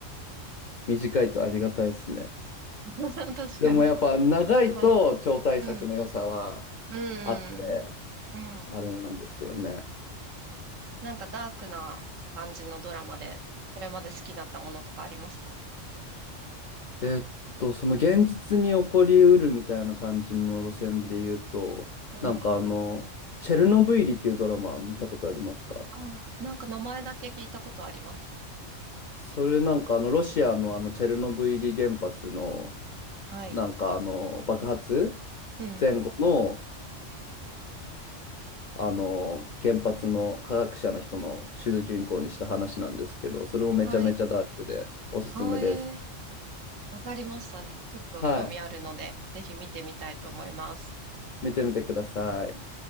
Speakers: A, on the left; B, on the right.
A: 短いとありがたいですね。
B: <laughs> 確かに。
A: でもやっぱ長いと超大作の良さは
B: はい。うん。うん。
A: あって、
B: うん。うん
A: あれなんですけどね。
B: なんかダークな感じのドラマで、これまで好きだったものとかありますか
A: えっと、その現実に起こりうるみたいな感じの路線で言うと、
B: うん。
A: なんかあの、チェルノブイリっていうドラマ見たことありますか
B: ああ、なんか名前だけ聞いたことありますね。
A: それなんかあの、ロシアのあの、チェルノブイリ原発の、
B: はい。
A: なんかあの、爆発
B: うん。
A: 前後の、あの、原発の科学者の人の主人公にした話なんですけど、それもめちゃめちゃダークでおすすめです。
B: はい。あえわかりました。ちょっと興味あるので、
A: はい。
B: ぜひ見てみたいと思います。
A: 見てみてください。